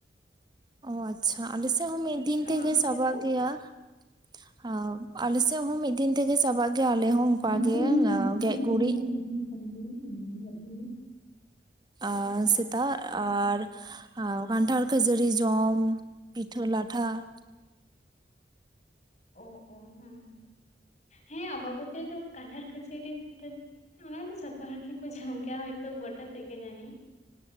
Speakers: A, on the right (about 25°); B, on the left (about 40°).
A: ᱚ ᱟᱪᱪᱷᱟ ᱟᱞᱮ ᱥᱮᱫ ᱦᱚᱸ ᱢᱤᱫ ᱫᱤᱱ
B: ᱟ
A: ᱛᱮᱜᱮ
B: ᱟᱯᱮ
A: ᱪᱟᱵᱟᱜ
B: ᱥᱮᱫ ᱫᱚ?
A: ᱜᱮᱭᱟ ᱾ ᱚ ᱟᱞᱮ ᱥᱮᱫ ᱦᱚᱸ ᱢᱤᱫ ᱫᱤᱱ ᱛᱮᱜᱮ ᱪᱟᱵᱟᱜ ᱜᱮᱭᱟ
B: <unintelligible>
A: ᱟᱞᱮ ᱦᱚᱸ ᱚᱱᱠᱟ ᱜᱮ ᱜᱮᱡ ᱜᱩᱨᱤᱡ ᱟ
B: ᱟᱪᱪᱷᱟ
A: ᱥᱮᱛᱟᱜ
B: ᱟᱪᱪᱷᱟ ᱦᱩᱸ
A: ᱟᱨ ᱠᱷᱱᱴᱷᱟᱲ ᱠᱟᱹᱡᱟᱹᱲᱤ ᱡᱚᱢ ᱯᱤᱴᱷ ᱴᱷᱟᱹ ᱠᱟᱴᱷᱟ ᱾
B: ᱚ ᱚ ᱦᱢ ᱦᱮᱸ ᱟᱢᱵᱟᱵᱚᱛᱤ ᱫᱚ ᱠᱷᱟᱱᱴᱷᱟᱲ ᱠᱷᱟᱹᱡᱟᱹᱲᱤ <unintelligible> ᱯᱤᱴᱟᱹ ᱚᱱᱟ ᱫᱚ ᱡᱚᱛᱚ ᱦᱚᱲ ᱜᱮᱠᱚ ᱡᱚᱢ ᱜᱮᱭᱟ ᱦᱚᱭᱛᱳ ᱜᱚᱴᱟ ᱥᱮᱫ ᱜᱮ ᱡᱟᱹᱱᱤᱡ ᱾